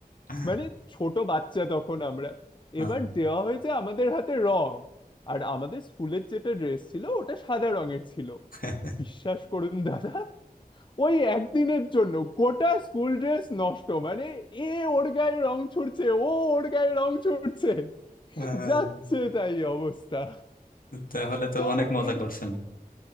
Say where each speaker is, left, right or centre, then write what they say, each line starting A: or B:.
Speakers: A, on the left; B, on the left.
A: হ্যাঁ
B: মানে ছোট বাচ্চা তখন আমরা
A: হ্যাঁ,
B: এবার দেওয়া হয়েছে আমাদের হাতে রং আর আমাদের স্কুলের যেটা ড্রেস ছিল ওটা সাদা রঙের ছিল
A: আচ্ছা।
B: বিশ্বাস করুন দাদা ওই একদিনের জন্য গোটা স্কুল ড্রেস নষ্ট মানে এ ওর গায়ে রং ছুড়ছে ও ওর গায়ে রং ছুড়ছে
A: আহ,
B: যাচ্ছে তাই অবস্থা
A: তাহলে তো
B: তো
A: অনেক মজা
B: এই
A: করছেন